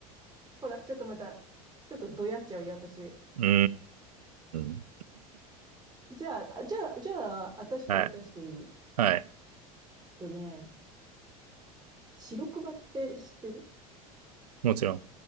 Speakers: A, on the right (about 20°); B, on the right (about 85°).
A: ほら、ちょっとまた、ちょっとどやっちゃうよ、私。
B: うーん。
A: じゃあ、あじゃあ、じゃあ、私から出していいえっ
B: はい。はい。
A: とね、白熊って知ってる
B: もちろん。